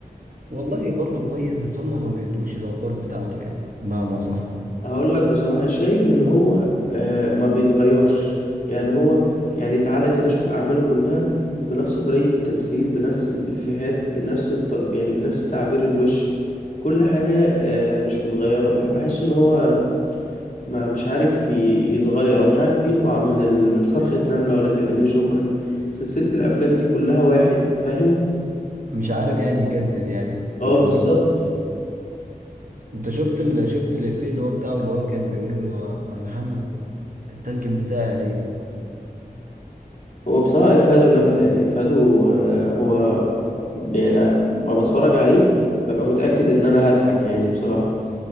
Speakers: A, on the right; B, on the left.
A: والله برضو كويس بس هم ما بيدوش الادوار بتاعته يعني بمعنى صح
B: هقول لك بصراحة شايف ان هو آه، ما بيتغيرش يعني هو يعني تعالى كده شوف اعماله كلها بنفس طريقة التمثيل بنفس الافيهات بنفس الطرب يعني بنفس تعبير الوش كل حاجة آه، مش متغيرة بح- بحس ان هو ما مش عارف ي- يتغير او مش عارف يطلع من ال... من صرخة نملة ولا كلمني شكرا سلسلة الافلام دي كلها واحد فاهم
A: مش عارف يعني يجدد يعني
B: اه
A: اللي
B: بالظبط
A: هو ال... انت شفت ال... شفت الافيه اللي هو بتاعه اللي هو كان بيقول له يا محمد التلج مش ساقع ليه
B: هو بصراحة إفهاده جامدة يعني إفهاده آه، هو يعني ما بتفرج عليه ببقى متأكد إن أنا هضحك يعني بصراحة